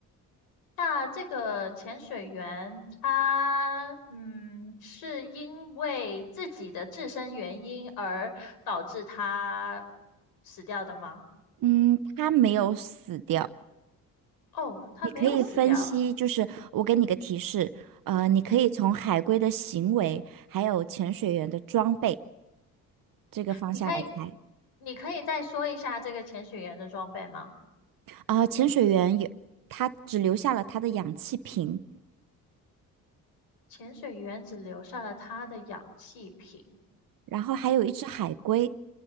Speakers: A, on the left (about 90°); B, on the right (about 65°).
A: 那这个潜水员他嗯，是因为自己的自身原因而导致他死掉的吗？
B: 嗯，他没有死掉。
A: 哦，他没有死掉。
B: 你可以分析，就是我给你个提示，呃，你可以从海龟的行为还有潜水员的装备
A: 嗯。
B: 这个方向来猜。
A: 你可以，你可以再说一下这个潜水员的装备吗？
B: 啊、潜水员有，他只留下了他的氧气瓶，
A: 潜水员只留下了他的氧气瓶。
B: 然后还有一只海龟，